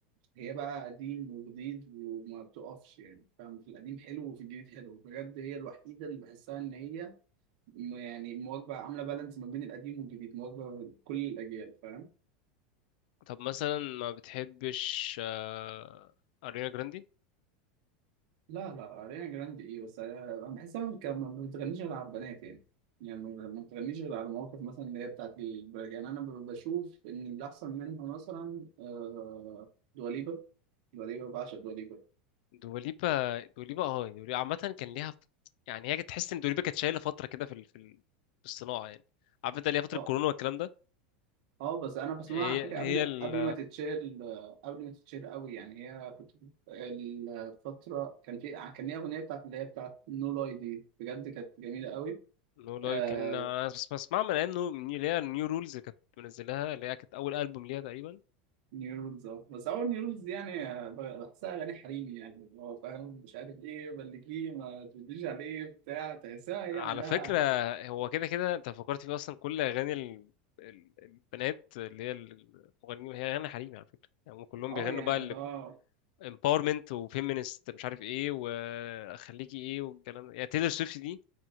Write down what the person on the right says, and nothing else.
هي بقى قديم وجديد وما بتقفش يعني فاهم في القديم حلو وفي الجديد حلو بجد هي الوحيدة اللي بحسها إن هي م- يعني مواكبة عاملة بالانس ما بين القديم والجديد مواكبة كل الأجيال فاهم
لا لا أريانا جراندي إيه بس أنا أنا بحسها ما كان- ما بتغنيش غير على البنات يعني يعني ما ما بتغنيش غير على مواقف مثلا اللي هي بتاعت البنات يعني أنا ب- بشوف إن اللي أحسن منها مثلا آه، دواليبا دواليبا بعشق دواليبا
اه
اه بس انا بسمعها
على فكره
قبل
قبل ما تتشهر قبل ما تتشهر قوي يعني هي كنت الفتره كان في كان ليها اغنيه بتاعت اللي هي بتاعت نو لاي دي بجد كانت جميله قوي
آه
نيو رولز اه بس اول نيو رولز دي يعني آه، بحسها اغاني حريمي يعني اللي هو فاهم مش عارف ايه بلكيه ما تقوليش عليه بتاع تحسها هي
عندها
اه
يعني
اللي هو